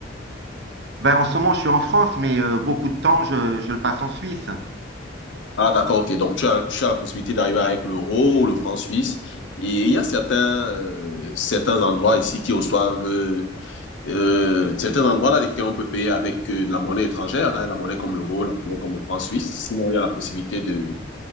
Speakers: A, on the right (about 60°); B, on the left (about 75°).
A: Ben, en ce moment, je suis en France, mais euh, beaucoup de temps, je, je le passe en Suisse.
B: Ah, d'accord, ok. Donc, tu as, tu as la possibilité d'arriver avec l'euro ou le franc suisse. Et il y a certains, euh, certains endroits ici qui reçoivent, euh, euh, certains endroits dans lesquels on peut payer avec euh, de la monnaie étrangère, hein, la monnaie comme l'euro, la monnaie comme le franc suisse. Sinon, il y a la possibilité de,